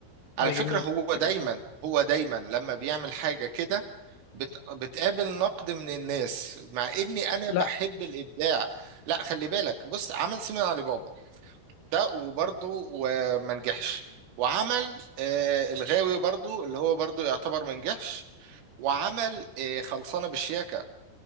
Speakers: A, on the left; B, on the right.
A: ده
B: على فكرة
A: جميل
B: هو
A: جميل
B: دايما هو دايما لما بيعمل حاجة كده بت... بتقابل نقد من الناس مع اني انا
A: لا
B: بحب الابداع لا خلي بالك بص عمل سيمي علي بابا ده وبرضه وما نجحش وعمل آه الغاوي برضه اللي هو برضه يعتبر ما نجحش وعمل آه خلصانة بالشياكة